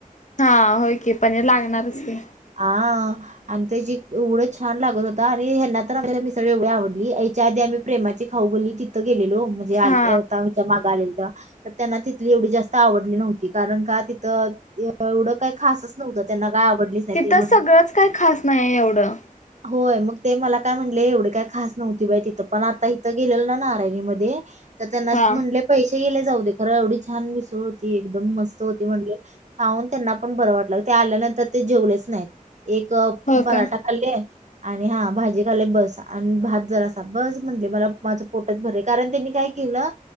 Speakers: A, on the left; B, on the right.
A: हा हो की पनीर हे लागणार च की
B: हा आणि त्याची एवढंच छान लागत होता आणि हना तर आपल्याला मिसळी एवढी आवडली यांच्या आधी मी प्रेमाची खाऊ गल्ली तिथं गेलेलो म्हणजे आ
A: हा
B: आता हच्या मागे आलेल तेव्हा तर त्यांना तिथली एवढी जास्त आवडली नव्हती कारण का तिथं एवढं काय खास नव्हते त्यांना काय आवडलीच नाही ते
A: तर
B: म्हण
A: सगळंच काही खास नाही एवढं
B: होय मग ते मला काय म्हटलेय एवढे काय खास नव्हती बाई तिथं पण आता इथं गेलेलं ना नारयणी मधे तर त्यांना
A: हा
B: म्हटले पैसे गेले जाऊ दे खरं एवढीच छान मिसळ होती एकदम मस्त होती म्हणले खाऊन त्यांना पण बरं वाट ते आल्यानंतर ते जेवले नाही एक
A: होय
B: पराठा
A: का
B: खाल्ले आणि हा भाजी खालाय बस आणि भात जर असा बस म्हटले मला माझं पोटच भरले कारण त्यांनी काय केले